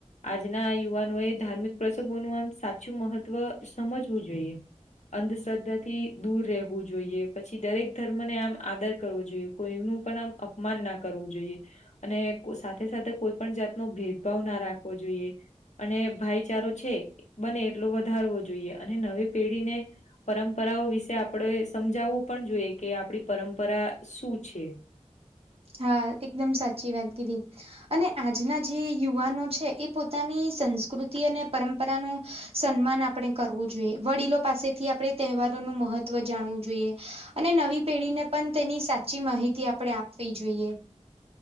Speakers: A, on the left; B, on the right.
A: આજના યુવાનોએ ધાર્મિક પ્રસંગોનું આમ સાચું મહત્વ સમજવું જોઈએ. અંધશ્રદ્ધા થી દૂર રહેવું જોઈએ પછી દરેક ધર્મને આમ આદર કરવો જોઈએ. કોઈ નું પણ આમ અપમાન ના કરવું જોઈએ અને સા સાથે સાથે કોઈ પણ જાતનો ભેદભાવ ના રાખવો જોઈએ. અને ભાઈચારો છે બને એટલો વધારવો જોઈએ અને નવી પેઢીને પરંપરાઓ વિશે આપણે સમજાવવું પણ જોઈએ કે આપણી પરંપરા શું છે.
B: હા એકદમ સાચી વાત કીધી અને આજના જે યુવાનો છે એ પોતાની સંસ્કૃતિ અને પરંપરાનું સન્માન આપણે કરવું જોઈએ વડીલો પાસેથી આપણે તહેવારોનું મહત્ જાણવું જોઈએ અને નવી પેઢીને પણ તેની સાચી માહિતી આપણે આપવી જોઈએ.